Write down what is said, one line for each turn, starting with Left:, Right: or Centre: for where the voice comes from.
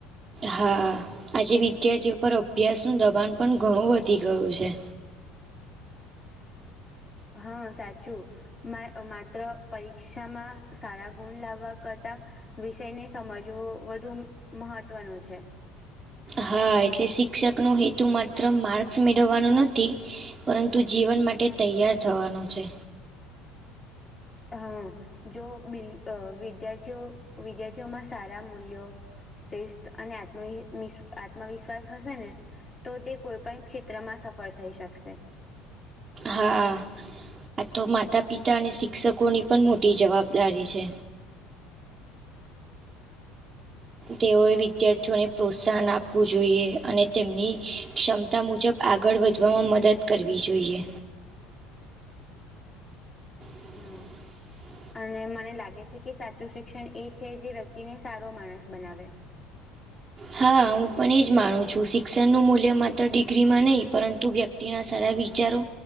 Right: હા આજે વિદ્યાર્થીઓ પર અભ્યાસનું દબાણ પણ ઘણું વધી ગયું છે.
Left: હા સાચું. માત્ર પરીક્ષામાં સારા ગુણ લાવવા કરતા. વિષય ને સમજવું વધુ મહત્વનું છે.
Right: હા એટલે શિક્ષકનો હેતુ માત્ર માર્ક્સ મેળવવાનો નથી. પરંતુ જીવન માટે તૈયાર થવાનો છે.
Left: હમ જો બ વિદ્યાર્થીઓ વિદ્યાર્થીઓમાં સારા મૂલ્યો. શ્રેષ્ઠ અને આત્મ આત્મવિશ્વાસ હશે ને. તો તે કોઈ પણ ક્ષેત્રમાં સફળ થઈ શકશે.
Right: હા આ તો માતા પિતા અને શિક્ષકોની પણ મોટી જવાબદારી છે. તેઓએ વિદ્યાર્થીઓને પ્રોત્સાહન આપવું જોઈએ અને તેમની ક્ષમ તા મુજબ આગળ વધવામાં મદદ કરવી જોઈએ. <inaudible>
Left: હમ અને મને લાગે છે કે સાચું શિક્ષણ એ છે જે વ્યક્તિને સારો માણસ બનાવે.
Right: હા હું પણ એ જ માનું છું શિક્ષણનું મૂલ્ય માત્ર ડિગ્રીમાં નહીં પરંતુ વ્યક્ તિના સારા વિચારો